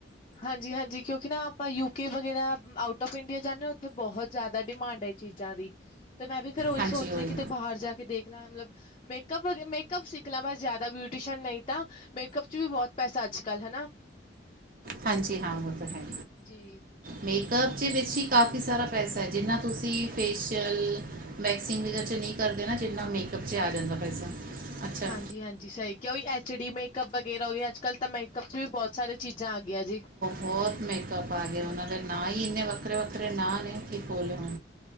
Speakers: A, on the left; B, on the right.
A: ਹਾਂਜੀ- ਹਾਂਜੀ ਕਿਉਂਕਿ ਨਾ ਆਪ ਆਪਾਂ ਯੂ ਕੇ ਵਗੈਰਾ ਆਊਟ ਆਫ ਇੰਡੀਆ ਜਾਣੇ ਉੱਥੇ ਬਹੁਤ ਜ਼ਿਆਦਾ ਡਿਮਾਂਡ ਹੈ ਇਹ ਚੀਜ਼ਾਂ ਦੀ। ਤੇ ਮੈਂ ਵੀ ਫੇਿਰ ਉਹੀ
B: ਹਾਂਜੀ
A: ਸੋਚਦੀ
B: ਹੋਏ
A: ਕਿਤੇ ਬਾਹਰ ਜਾ ਕੇ ਦੇਖ ਲਾਂ ਮਤਲਬ ਮੇਕਅਪ ਵਗ ਮੇਕਅਪ ਸਿੱਖ ਲਾਂ ਬਸ ਜ਼ਿਆਦਾ ਬਿਊ ਟਿਊਸ਼ਨ ਨਹੀਂ ਤਾਂ ਮੇਕਅਪ ਚ ਵੀ ਬਹੁਤ ਪੈਸਾ ਹੈ ਅੱਜ ਕੱਲ੍ਹ। ਹਨਾ?
B: ਹਾਂਜੀ ਹਾਂ ਉਹ ਤੇ ਹੈ।
A: ਜੀ।
B: ਮੇਕਅਪ ਚ ਵਿੱਚ ਹੀ ਕਾਫੀ ਸਾਰਾ ਪੈਸਾ ਹੈ, ਜਿੰਨਾ ਤੁਸੀਂ ਫੇਸ਼ੀਅਲ ਵੈਕਸਿੰਗ ਵਗੈਰਾ ਚ ਨਹੀਂ ਕਰਦੇ ਨਾ ਜਿੰਨਾ ਮੇਕਅਪ ਚ ਆ ਜਾਂਦਾ ਪੈਸਾ। ਅੱਛਾ
A: ਹਾਂਜੀ-ਹਾਂਜੀ, ਸਹੀ ਕਿ ਉਈ ਐਚ ਡੀ ਮੇਕਅੱਪ ਵਗੈਰਾ ਹੋ ਗਿਆ। ਅੱਜ ਕੱਲ੍ਹ ਤਾਂ ਮੇਕਅਪ ਚ ਵੀ ਬਹੁਤ ਸਾਰੀਆਂ ਚੀਜ਼ਾਂ ਆ ਗਈਆਂ ਜੀ। <inaudible> <inaudible>
B: ਬਹੁਤ ਮੇਕਅਪ ਆ ਗਿਆ, ਉਹਨਾਂ ਦੇ ਨਾ ਹੀ ਇੰਨੇ ਵੱਖਰੇ-ਵੱਖਰੇ ਨਾਂ ਨੇ ਕੀ ਬੋਲਿਆ।